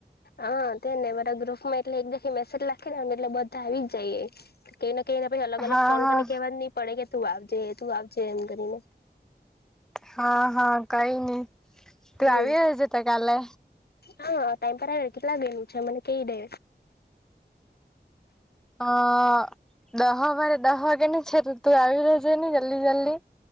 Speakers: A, on the left; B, in the centre.
A: હા તે ને મારા ગ્રુપ માં એટલે એક દખ મેસેજ લખી <unintelligible> ને એટલે બધા આવી જાય કે એને કે એને પછી અલગ અલગ
B: હા
A: ફોન
B: હા
A: કરીને કેવા નહી પડે કે તું આવજે તું આવજે એમ કરીને.
B: હા હા કઈ નહી તું
A: હમ.
B: આવી રહ્યો જ છે, તો કાલે.
A: હા ટાઈમ પર આવે કેટલા દી નું છે, મને કહી દે
B: અ દહવારે દહ વાગે ને છે, તોતું આવી જજે ને જલ્દી જલ્દી